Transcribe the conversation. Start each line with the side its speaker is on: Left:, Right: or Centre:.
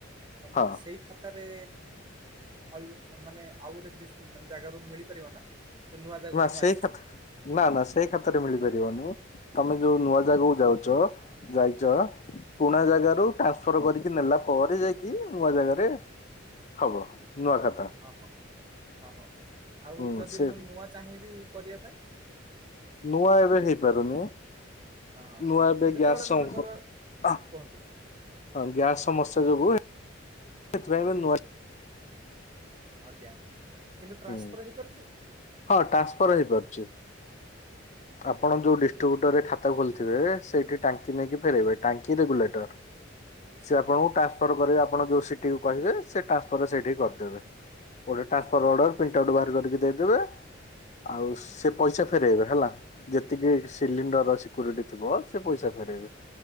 Right: ତମେ
Left: ହଁ
Right: ମତେ ସେଇ ଖା ତା ରେ ଅଲ ମାନେ ଆଉ ଗୋଟେ ଡିସ୍ ଉଁ ମାନେ ଜାଗା ରୁ ମିଳି ପାରିବ ନା। ଯୋଉ ନୂଆ ଜାଗାକୁ
Left: ନା
Right: ମୁଁ
Left: ସେଇ
Right: ଆସିଛି
Left: ଖାତ୍ ନା ନା ସେଇ ଖାତାରେ ମିଳିପାରିବନି ତମେ ଯୋଉ ନୂଆ ଜାଗାକୁ ଯାଉଚ ଯାଇଚ। ପୁରୁଣା ଜାଗା ରୁ ଟ୍ରାନସ୍ଫର କରିକି ନେଲା ପରେ ଯାଇକି ନୂଆ ଜାଗାରେ ହବ ନୂଆ ଖାତା।
Right: ହଁ ହଁ ହଁ ହଁ ଆଉ
Left: ହୁଁ
Right: ଯଦି
Left: ସେ
Right: ମୁଁ ନୂଆ ଚାହିଁବି କରିଆ ପାଇଁ?
Left: ନୂଆ ଏବେ ହେଇପାରୁନି।
Right: ହଁ ହଁ
Left: ନୂଆ ଏବେ
Right: ଯେତେବେଳେ
Left: ଗ୍ୟାସ୍ ସଂଘ
Right: ମନେକର ହୁଁ
Left: ଆ
Right: କୁହନ୍ତୁ
Left: ହଁ ଗ୍ୟାସ୍ ସମସ୍ୟା ଯୋଗୁ ସେଥିପାଇଁ
Right: ହୁଁ
Left: ଏବେ ନୂଆ
Right: ଆଜ୍ଞା କିନ୍ତୁ ଟ୍ରାନ୍ସଫର୍
Left: ହୁଁ
Right: ହେଇ ପାରୁଛି?
Left: ହଁ ଟ୍ରାନ୍ସଫର୍ ହେଇ ପାରୁଚି।
Right: ହଁ
Left: ଆପଣ
Right: ହଁ
Left: ଯୋଉ ଡିଷ୍ଟ୍ରିବ୍ୟୁଟର ରେ ଖାତା ଖୋଲିଥିବେ ସେଇଠି ଟାଙ୍କି ନେଇକି ଫେରେଇବେ ଟାଙ୍କି ରେଗୁଲେଟର୍। ସେ ଆପଣଙ୍କୁ
Right: ହୁଁ
Left: ଟ୍ରାନ୍ସଫର୍ କରିବେ ଆପଣ ଯୋଉ ସିଟି କୁ କହିବେ ସେ ଟ୍ରାନ୍ସଫର୍ ସେଇଠିକି କରି ଦେବେ। ଗୋଟେ ଟ୍ରାନ୍ସଫର୍ ଅଡର ପ୍ରିଣ୍ଟ
Right: ଆଜ୍ଞା
Left: ଆଉଟ୍ ବାହାର କରିକି ଦେଇ ଦେବେ ଆଉ
Right: ହୁଁ।
Left: ସେ ପଇସା ଫେରେଇବେ ହେଲା। ଯେତିକି ସିଲିଣ୍ଡର ର ସିକୁରିଟି ଥିବ ସେ ପଇସା ଫେରେଇବେ।